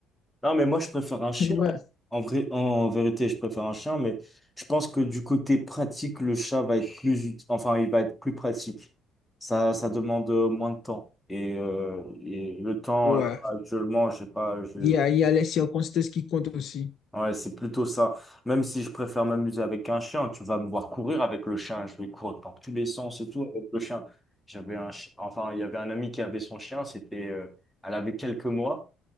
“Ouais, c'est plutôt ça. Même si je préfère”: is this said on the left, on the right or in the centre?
Centre